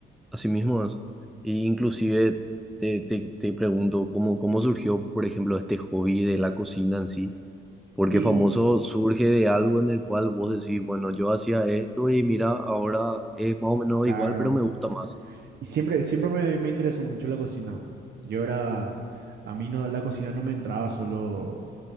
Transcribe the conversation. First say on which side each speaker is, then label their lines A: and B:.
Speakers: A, in the centre; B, on the right.
A: así mismo es. Y inclusive te, te, te pregunto, ¿cómo, cómo surgió, por ejemplo, este hobby de la cocina en sí? Porque
B: Y
A: famoso surge de algo en el cual vos decís, bueno, yo hacía esto y mira, ahora es más o menos
B: claro.
A: igual, pero me gusta más.
B: Y siempre, siempre me, me interesó mucho la cocina. Yo era, a mí no, la cocina no me entraba solo